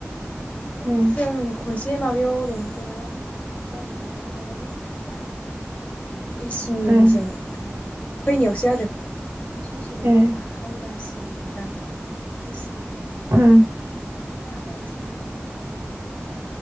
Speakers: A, on the right (about 85°); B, on the left (about 40°).
A: ए
B: जों खनसे माबा बेयाव रं बहायबा मोसाहैनाय <unintelligible> बहायबा मोसाहैबा इसनिजों
A: ए
B: थाङो फैनायावसो आरो ससेलमोन
A: ए
B: खोमा हावउरास जमन्दा <inaudible> बेसे
A: उम
B: बारा गारजिद्राय नङा आरो